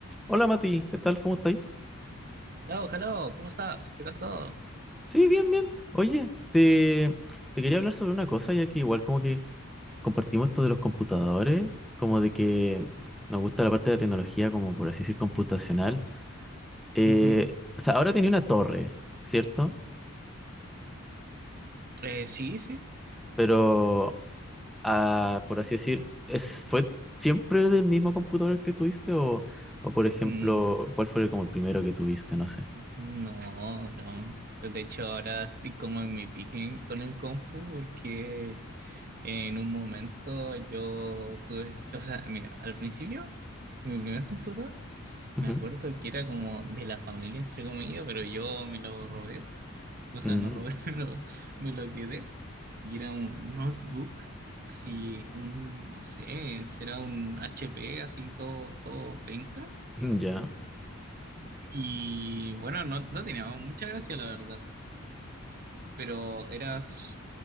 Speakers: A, in the centre; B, on the right.
A: Hola Mati, ¿qué tal? ¿Cómo estáis?
B: Hello, hello, ¿cómo estás? ¿Qué tal todo?
A: Sí, bien, bien. Oye, te, te quería hablar sobre una cosa, ya que igual como que compartimos esto de los computadores, como de que nos gusta la parte de la tecnología, como por así decir, computacional. Eh,
B: Ujú.
A: o sea, ahora tenía una torre, ¿cierto?
B: Eh, sí, sí.
A: Pero, ah, por así decir, es, ¿fue siempre del mismo computador el que tuviste? O, o, por ejemplo,
B: Mm,
A: ¿cuál fue como el primero que tuviste? No sé.
B: no, no. De hecho, ahora estoy como en mi pique con el Kung Fu porque en un momento yo tuve, o sea, mira, al principio, mi primer computador
A: Ujú.
B: Me acuerdo que era como de la familia, entre comillas, pero yo me lo robé. O sea,
A: Mm,
B: no robé, <laughs> pero me lo quedé. Y era un notebook, así, un, no sé, será un HP, así, todo, todo penca.
A: ya.
B: Y bueno, no, no tenía mucha gracia, la verdad, pero era s-